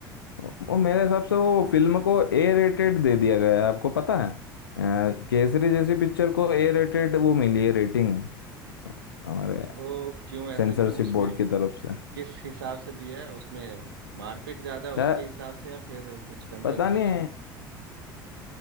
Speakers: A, on the left (about 80°); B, on the right (about 75°).
A: वो मेरे हिसाब से वो फिल्म को ए रेटेड दे दिया गया है आपको पता है अ, केसरी जैसी पिक्चर को ए रेटेड वो मिली है रेटिंग हमारे
B: तो क्यों ऐसा
A: सेंसरशिप
B: क्यों उसमें
A: बोर्ड की तरफ से
B: किस हिसाब से दिया है उसमें मारपीट ज्यादा है
A: शायद
B: उसके हिसाब से या फिर कुछ कंटेंट
A: पता नहीं
B: के कारण